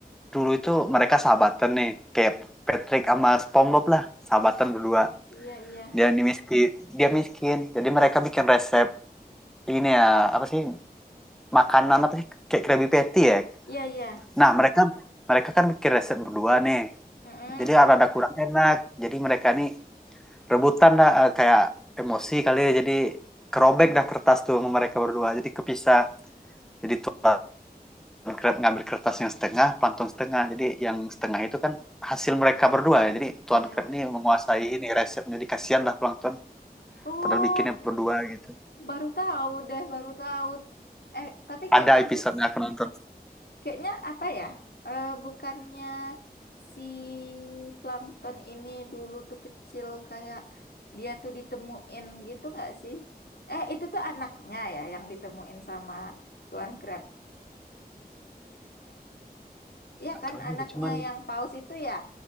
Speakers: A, in the centre; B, on the left (about 80°).
A: dulu itu mereka sahabatan nih, kayak Patrick sama SpongeBob lah, sahabatan berdua.
B: iya iya
A: Dia ini miskin, dia miskin, jadi mereka bikin resep ini ya apa sih makanan apa sih kayak Krabby Patty ya.
B: iya iya
A: Nah, mereka mereka kan bikin resep berdua nih.
B: Mm-mm.
A: Jadi rada kurang enak. Jadi mereka nih rebutan dah eh, kayak emosi kali ya, jadi kerobek dah kertas tuh sama mereka berdua jadi kepisah jadi tuan Crab ngambil kertas yang setengah Plankton setengah jadi yang setengah itu kan hasil mereka berdua ya. jadi tuan
B: iya
A: Crab ini menguasai ini resep jadi kasihan lah Plankton
B: oh
A: padahal bikinnya berdua gitu
B: Baru tahu deh, baru tahu. Eh, tapi kayaknya
A: ada episode
B: du-
A: yang aku nonton
B: kayaknya apa ya? Eh, bukannya si plankton ini dulu tuh kecil kayak dia tuh ditemuin gitu nggak sih? Eh, itu tuh anaknya ya yang ditemuin sama Tuan Crab. Iya kan
A: Tahu
B: anaknya
A: juga cuman
B: yang paus itu ya.